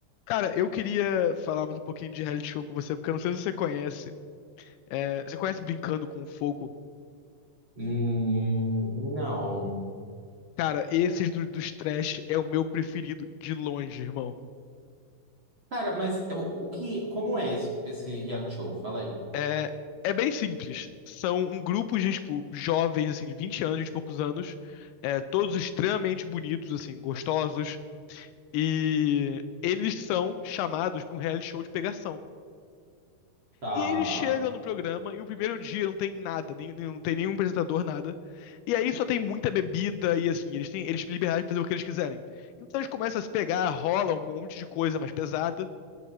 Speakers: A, on the left (about 80°); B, on the right (about 40°).
A: Cara, eu queria falar mais um pouquinho de reality show com você, porque eu não sei se você conhece. É, você conhece Brincando com Fogo?
B: Hum, não.
A: Cara, esses do- dos trash é o meu preferido, de longe, irmão.
B: Cara, mas é, o o que, como é esse, esse reality show? Fala aí.
A: É, é bem simples. São um grupo de, tipo, jovens, assim, de 20 anos, de poucos anos, é, todos extremamente bonitos, assim, gostosos, e eles são chamados para um reality show de pegação.
B: Tá.
A: E aí ele chega no programa e o primeiro dia não tem nada, nem- nem- não tem nenhum apresentador, nada. E aí só tem muita bebida e assim, eles têm, eles têm liberdade de fazer o que eles quiserem. Então eles começam a se pegar, rola um monte de coisa mais pesada.